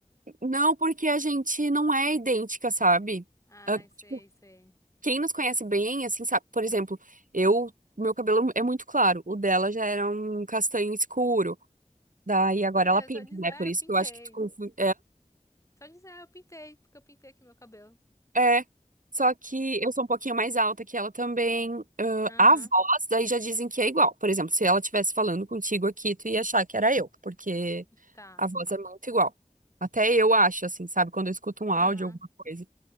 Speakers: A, on the right; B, on the left.
A: Não, porque a gente não é idêntica, sabe?
B: Ai,
A: Ah,
B: sei,
A: tipo,
B: sei.
A: quem nos conhece bem, assim, sabe? Por exemplo, eu, meu cabelo é muito claro, o dela já era um castanho escuro. Daí agora
B: Olha,
A: ela pinta,
B: só dizer,
A: né?
B: ah,
A: Por
B: eu
A: isso
B: pintei.
A: que eu acho que tu confunde.
B: Só dizer, ah, eu pintei, porque eu pintei aqui meu cabelo.
A: É, só que eu sou um pouquinho mais alta que ela também. Ah,
B: Aham,
A: a voz, daí já dizem que é igual. Por exemplo, se ela estivesse falando contigo aqui, tu ia achar que era eu, porque
B: tá.
A: a voz é muito igual. Até eu acho, assim, sabe? Quando eu escuto um áudio,
B: Aham.
A: alguma coisa.